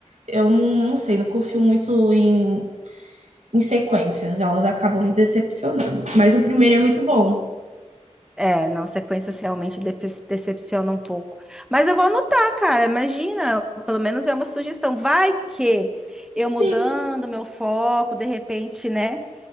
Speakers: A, on the right; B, in the centre.
A: Eu não, não sei, não confio muito em, em sequências. Elas acabam me decepcionando. Mas o primeiro é muito bom.
B: É, não, sequências realmente depe- decepcionam um pouco. Mas eu vou anotar, cara. Imagina, pelo menos é uma sugestão. Vai que eu
A: Sim,
B: mudando meu foco, de repente, né?